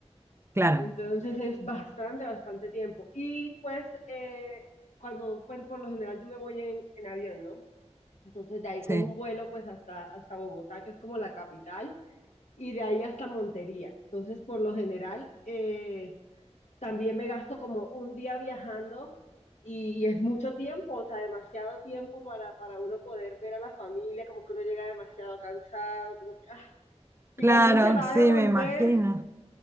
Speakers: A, on the right; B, on the left.
A: claro,
B: Entonces es bastante, bastante tiempo. Y pues, eh, cuando, pues, por lo general yo me voy en, en avión, ¿no? Entonces de ahí
A: sí.
B: cojo un vuelo pues hasta, hasta Bogotá, que es como la capital, y de ahí hasta Montería. Entonces, por lo general, eh, también me gasto como un día viajando y, y es mucho tiempo, o sea, demasiado tiempo para, para uno poder ver a la familia, como que uno llega demasiado cansado, como que, ah.
A: Claro,
B: y cuando uno se va
A: sí,
B: a devolver,
A: me imagino.